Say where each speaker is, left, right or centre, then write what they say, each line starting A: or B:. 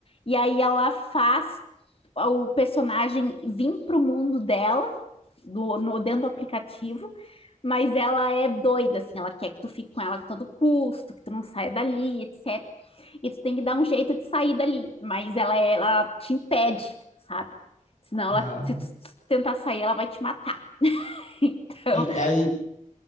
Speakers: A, on the left (about 45°); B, on the left (about 70°).
A: e aí ela faz o personagem vir para o mundo dela, do, no, dentro do aplicativo. Mas ela é doida, assim, ela quer que tu fique com ela a todo custo, que tu não saia dali, etc. E tu tem que dar um jeito de sair dali, mas ela, é, ela te impede, sabe? Senão
B: Ah.
A: ela, se tu tentar sair, ela vai te matar. <laughs> Então,
B: E aí